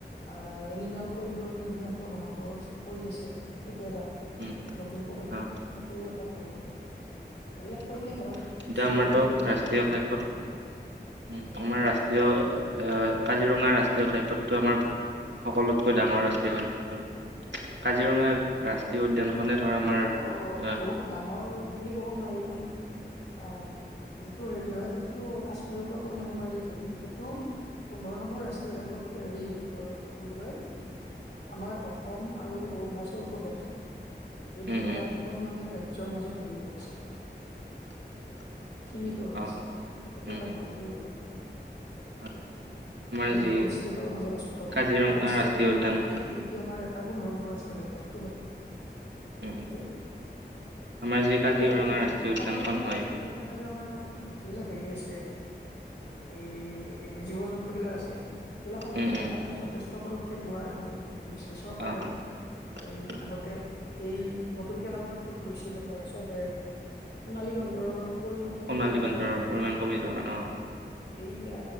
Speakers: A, on the left; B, on the right.
A: অ' এনিমেল কৰিডৰ নে কিবা এনেকুৱা বনাব কৰি আছে। সেইটো এটা
B: উম উম
A: নতুন পদক্ষেপ
B: অ
A: সেইটোও এটা ভাল। এইবিলাক কৰিলে
B: অ
A: ধৰ
B: এতিয়া
A: জীৱ
B: আমাৰতো
A: জন্তুবিলাক
B: ৰাষ্ট্ৰীয়
A: সুৰক্ষিত
B: ঘাইপথ
A: হ'ব।
B: উম, আমাৰ ৰাষ্ট্ৰীয় অ' কাজিৰঙা ৰাষ্ট্ৰীয় ঘাইপথটো আমাৰ, সকলোতকৈ ডাঙৰ ৰাষ্ট্ৰীয় <inaudible> কাজিৰঙা ৰাষ্ট্ৰীয়
A: অ'
B: উদ্যানখনে ধৰ
A: মানে
B: আমাৰ
A: এইটো
B: আহ
A: বহুত ডাঙৰ বুলি ক'ব নোৱাৰি কাৰণ অ' যিটো হেৰি হয় সেইটোতো কাশ্মীৰৰ পৰা কন্যাকুমাৰীলৈ যায়গৈ এইটো পোন্ধৰ নম্বৰ ৰাষ্ট্ৰীয় ঘাইপথটো হেৰি ত' কি বুলি কয়। আমাৰ অসম আৰু অৰুণা <unintelligible> প্ৰদেশ, এই দুটা
B: উম উম
A: দুখন মানে ৰাজ্যৰ মাজত হেৰি হৈ আছে।
B: <inaudible>
A: সীমিত হৈ
B: অ
A: আছে,
B: অ
A: এইটো
B: উম
A: এটা
B: উম
A: ভাল হেৰি আৰু।
B: অ আমাৰ
A: আমি
B: যি
A: দুখন ষ্টেটৰ মাজত আছো ধৰ,
B: কাজিৰঙা
A: দুখন ষ্টেটৰ
B: ৰাষ্ট্ৰীয় উদ্যানখন
A: কানেক্টিভিটি আমাৰ তাৰ পোন্ধৰ নম্বৰ ৰাষ্ট্ৰীয় ঘাইপথটো হয়।
B: উম।
A: সেইটো
B: আমাৰ যি কাজিৰঙা
A: এতিয়া ধৰ
B: ৰাষ্ট্ৰীয় উদ্যানখন
A: সংৰক্ষণৰ
B: হয়
A: ক্ষেত্ৰতো কাজিৰঙাৰ যিবিলাক হেৰি আছে। এই জীৱ জন্তুবিলাক আছে এইবিলাক সংৰক্ষণৰ
B: উম উম
A: কাৰণেও যথেষ্ঠ পদক্ষেপ লোৱা দেখা গৈ গৈছে চৰকাৰেও।
B: অ অ
A: এই
B: উম
A: আগতে এই নতুন কেইটা পদক্ষেপ লৈছিল আমাৰ চৰকাৰে। সোণালী বান্দৰৰ পৰিমাণ কমি
B: সোণালী
A: যোৱাৰ
B: বান্দৰৰ
A: কাৰণে
B: পৰিমাণ কমি যোৱাৰ কাৰণে অ',
A: এইয়া